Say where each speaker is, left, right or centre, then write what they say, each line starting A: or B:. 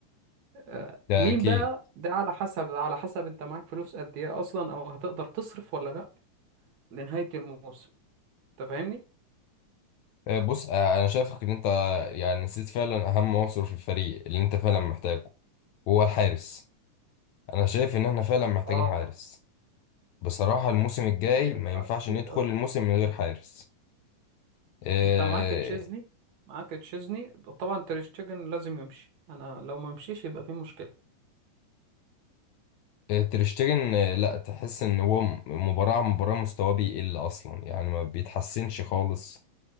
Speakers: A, on the right; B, on the left.
A: آه،
B: ده
A: مين
B: اكيد
A: بقى ده على حسب على حسب انت معاك فلوس قد ايه اصلا او هتقدر تصرف ولا لا لنهاية الموسم انت فاهمني
B: آه، بص آه، انا شايفك ان انت يعني نسيت فعلا اهم عنصر في الفريق اللي انت فعلا محتاجه هو الحارس انا شايف ان احنا فعلا محتاجين
A: اه
B: حارس بصراحة الموسم الجاي
A: يا-
B: ما
A: آه،
B: ينفعش
A: اكيد
B: ندخل
A: اه
B: الموسم من غير حارس آه،
A: انت معاك تشيزني معاك تشيزني طبعا تريشتجن لازم يمشي انا لو ما مشيش يبقى في مشكلة
B: آه، تريشتيجن آه، لا تحس ان هو م- مباراة عن مباراة مستواه بيقل اصلا يعني ما بيتحسنش خالص